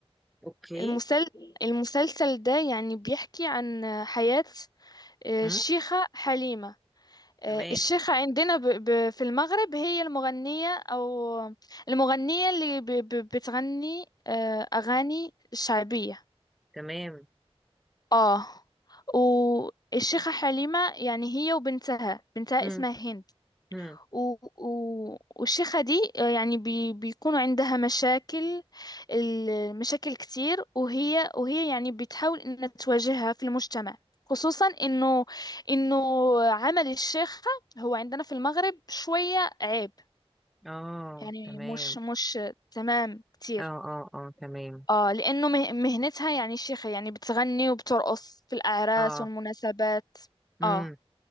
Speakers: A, in the centre; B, on the left (about 40°).
A: اوكي
B: المسل... المسلسل ده يعني بيحكي عن آه، حياة آه،
A: امم
B: الشيخة حليمة آه،
A: تمام
B: الشيخة عندنا ب... ب... في المغرب هي المغنية أو المغنية اللي ب... ب... بتغني آه، أغاني شعبية
A: تمام
B: اه والشيخة حليمة يعني هي وبنتها بنتها
A: امم
B: اسمها هند
A: امم
B: و... و... والشيخة دي آه، يعني بي... بيكونوا عندها مشاكل المشاكل كتير وهي وهي يعني بتحاول انها تواجهها في المجتمع خصوصا انه انه عمل الشيخة هو عندنا في المغرب شوية عيب
A: اه
B: يعني
A: تمام
B: مش مش تمام كتير
A: اه اه اه تمام
B: اه لانه مه- مهنتها يعني شيخة يعني بتغني وبترقص في الاعراس
A: اه
B: والمناسبات
A: امم
B: اه